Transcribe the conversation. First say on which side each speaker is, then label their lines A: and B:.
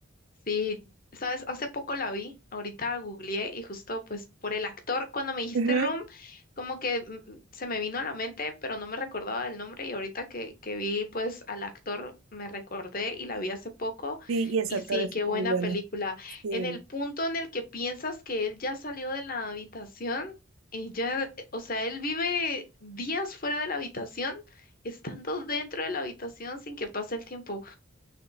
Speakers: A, on the left (about 40°); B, on the right (about 70°).
A: sí, sabes, hace poco la vi, ahorita googleé y justo pues por el actor, cuando me dijiste
B: Ujú.
A: Room, como que mm, mm, se me vino a la mente, pero no me recordaba el nombre y ahorita que, que vi pues al actor me recordé y la vi hace poco
B: Sí, y ese
A: y
B: actor
A: sí,
B: es
A: qué
B: muy
A: buena
B: bueno.
A: película.
B: Sí.
A: En el punto en el que piensas que él ya salió de la habitación, y ya, eh, o sea, él vive días fuera de la habitación, estando dentro de la habitación sin que pase el tiempo.